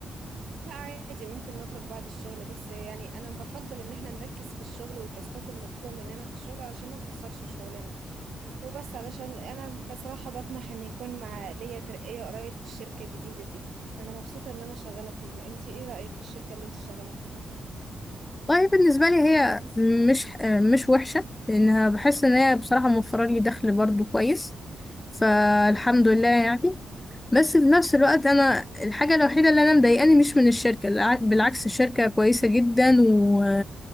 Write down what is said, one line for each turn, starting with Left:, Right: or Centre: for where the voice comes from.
Right: لا عادي ممكن نخرج بعد الشغل بس يعني انا بفضل ان احنا نركز في الشغل والتاسكات المطلوبة مننا في الشغل علشان ما نقصرش في شغلنا وبس علشان انا بصراحة بطمح ان يكون مع ليا ترقية قريب في الشركة الجديدة دي انا مبسوطة ان انا شغالة فيها انتي ايه رأيك في الشركة اللي انتي شغالة فيها
Left: والله بالنسبة لي هي مش مش وحشة لأنها بحس إن هي بصراحة موفرة لي دخل برضو كويس فالحمد لله يعني بس في نفس الوقت أنا الحاجة الوحيدة اللي أنا مضايقاني مش من الشركة الع- بالعكس الشركة كويسة جدا و...